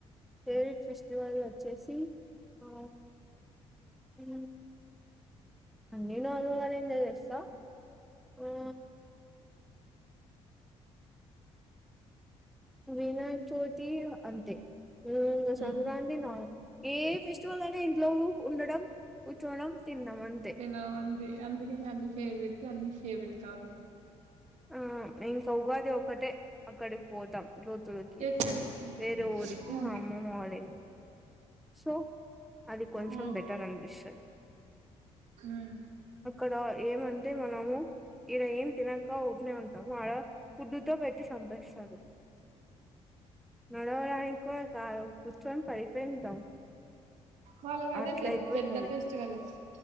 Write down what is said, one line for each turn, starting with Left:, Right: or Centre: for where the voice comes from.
Centre: ఫేవరెట్ ఫెస్టివల్ వచ్చేసి ఆ ఊ అన్నీ నాలుగు <unintelligible> స ఆ వినాయక చవితి అంతే ఊ సంక్రాంతి
Right: ఉమ్
Centre: నా ఏ ఫెవ చూలన్ <inaudible> లెవ్వు ఉండడం కూర్చోడం తినడం అంతే
Right: తెలవంది అందుకని అన్ని ఫేవరెట్ అన్ని ఫేవరెట్ కాదు
Centre: ఆ ఇంకా ఉగాది ఒక్కటే అక్కడికి పోతాం జ్యోతులకి
Right: ఎక్కడికి
Centre: వేరే ఊరికి
Right: ఆ
Centre: మా అమ్మమ్మ వాళ్ళే సో అది కొంచెం
Right: ఉమ్
Centre: బెటర్ అనిపిస్తది
Right: ఉమ్
Centre: అక్కడ ఏమంటే మనం ఈడ ఏం తినక ఆ ఊకనే ఆడ ఫుడ్డుతో పెట్టి సంపేస్తారు నడవడానికి కూడా కాదు చం పడిపోయి ఉంటాం
Right: వాళ్ళకి అదే
Centre: అట్లా
Right: పె
Centre: అయిపోతాది
Right: పెద్ద ఫెస్టివల్